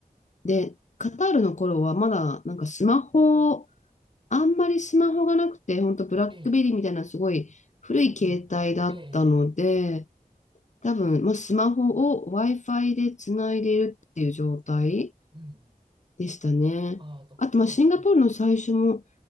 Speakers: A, on the left (about 55°); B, on the right (about 35°).
A: で、カタールの頃はまだ、なんかスマホ、あんまりスマホがなくて、本当ブラックベリーみたいなすごい古い携帯だったので、
B: ええ、うんうん。ええ、
A: 多分、まあ、スマホを Wi-Fi でつないでいるっていう状態
B: うんうん。
A: でしたね。
B: ああ、だほとんど、
A: あと、まあ、シンガポールの最初も、
B: うん。